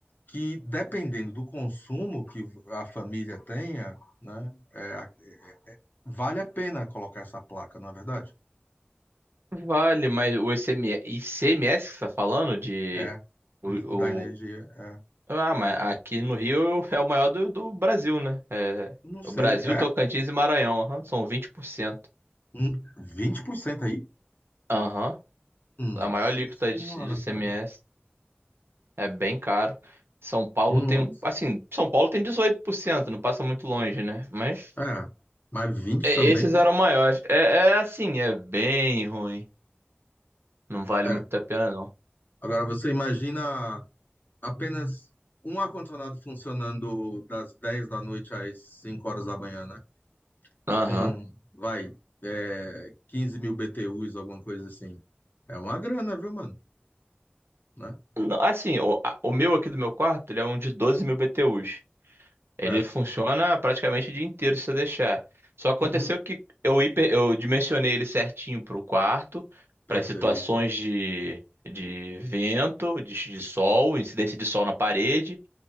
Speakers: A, on the left (about 50°); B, on the right (about 70°).
A: Que dependendo do consumo que a família tenha, né, é, a- vale a pena colocar essa placa, não é verdade?
B: Vale, mas o ICMS, ICMS que você tá falando de
A: É,
B: o,
A: da energia,
B: o-
A: é.
B: Ah, mas aqui no Rio é o maior do, do Brasil, né? É,
A: Não sei,
B: o Brasil,
A: é?
B: Tocantins e Maranhão, aham, são vinte por cento
A: Hum, 20% aí?
B: Aham, a
A: Nossa
B: maior alíquota
A: senhora,
B: de, de ICMS
A: cara.
B: é bem caro. São Paulo
A: Nossa.
B: tem, um- assim, São Paulo tem dezoito por cento não passa muito longe, né? Mas
A: É, mas 20
B: e-
A: também,
B: esses
A: né?
B: eram maiores. É, é assim, é bem ruim. Não vale
A: É.
B: muito a pena, não.
A: Agora você imagina Apenas um ar-condicionado funcionando das 10 da noite às 5 horas da manhã, né?
B: Aham.
A: Com, vai, é, 15 mil BTUs, alguma coisa assim. É uma grana, viu, mano? Né?
B: Não, Assim, o, a- o meu aqui do meu quarto, ele é um de doze mil BTUs. Ele
A: Certo.
B: funciona praticamente o dia inteiro se eu deixar. Só aconteceu
A: Uhum,
B: que eu, hiper, eu dimensionei ele certinho para o quarto,
A: perfeito.
B: para as situações de, de vento, de, de sol, incidência de sol na parede.